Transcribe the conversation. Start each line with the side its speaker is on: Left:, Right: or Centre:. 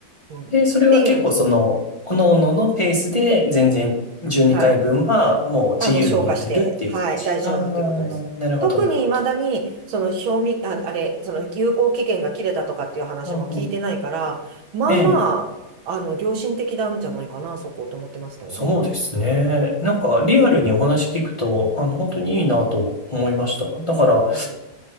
Right: うん。っていうのに、
Left: で、それは結構その、各々のペースで全然12回分はもう自由にやれるっていう感じ。
Right: はい。あ、もう消化して、はい、大丈夫ということです。
Left: ああ、なるほど、
Right: 特に未だに、
Left: なるほど。
Right: その賞味、あ、あれ、その有効期限が切れたとかっていう話も聞いてないから、
Left: うんうん。
Right: まあまあ、
Left: ええ、
Right: あの、良心的なんじゃないかな、そこと思ってますけどね。
Left: そうですね。なんかリアルにお話聞くと、あの、本当にいいなと思いました。だから、
Right: そ